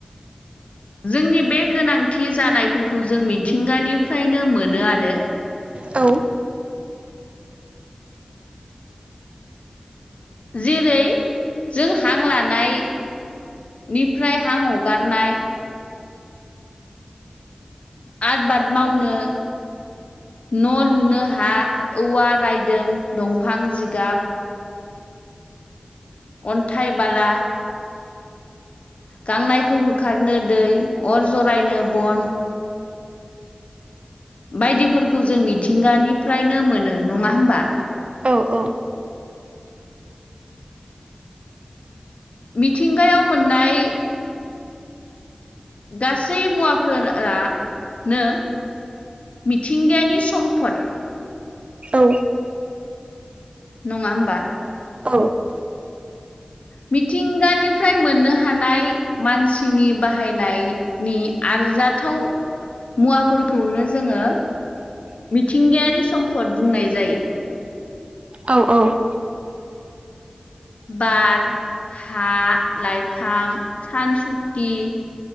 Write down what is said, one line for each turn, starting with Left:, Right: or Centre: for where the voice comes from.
Left: जोंनि बे गोनांथि जानायफोरखौ जों मिथिंगानिफ्रायनो मोनो आरो
Right: औ
Left: जेरै जों हां लानाय निफ्राय हां हगारनाय आबबाद मावनो न' लुनो हा औवा रायदों दंफां जिगाब अन्थाइ बाला गांनायखौ होखारनो दै अर जरायनो बन बायदिफोरखौ जों मिथिंगानिफ्रायनो मोनो नङा हबा
Right: औ औ
Left: मिथिंगायाव मोननाय गासै मुवाफोररानो मिथिंगायानि सम्पद
Right: औ
Left: नङा होमबा
Right: औ
Left: मिथिंगानिफ्राय मोननो हानाय मानसिनि बाहायनाय नि आरजाथाव मुवाफोरखौनो जोङो मिथिंगायारि सम्फद बुंनाय जायो।
Right: औ औ
Left: बार हा लाइफां सानसुक्ति